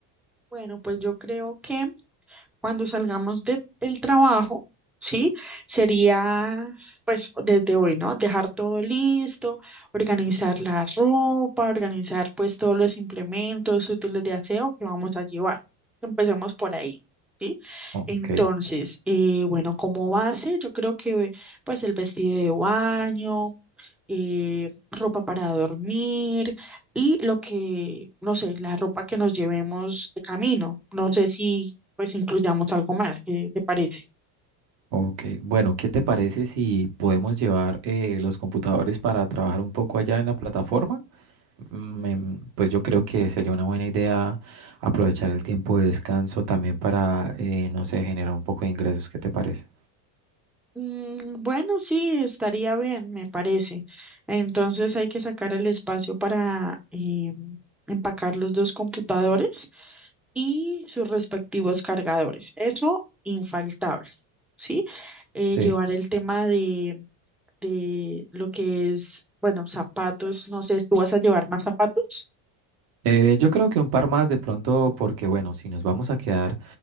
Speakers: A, in the centre; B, on the right (about 75°).
A: Bueno, pues yo creo que Cuando salgamos de- del trabajo, ¿sí? Sería, pues, desde hoy, ¿no? Dejar todo listo, organizar la ropa, organizar, pues, todos los implementos útiles de aseo que vamos a llevar. Empecemos por ahí. ¿Sí?
B: Oh,
A: Entonces,
B: ok.
A: eh, bueno, como base, yo creo que pues el vestido de baño, eh, ropa para dormir y lo que, no sé, la ropa que nos llevemos de camino. No sé si pues incluyamos algo más, ¿qué te parece?
B: Ok, bueno, ¿qué te parece si podemos llevar eh, los computadores para trabajar un poco allá en la plataforma? me- pues yo creo que sería una buena idea aprovechar el tiempo de descanso también para, eh, no sé, generar un poco de ingresos. ¿Qué te parece?
A: Mm, bueno, sí, estaría bien, me parece. Entonces hay que sacar el espacio para eh, empacar los dos computadores y sus respectivos cargadores. Eso infaltable, ¿sí? eh,
B: Sí.
A: llevar el tema de, de lo que es, bueno, zapatos, no sé, ¿tú vas a llevar más zapatos?
B: Eh, yo creo que un par más de pronto, porque bueno, si nos vamos a quedar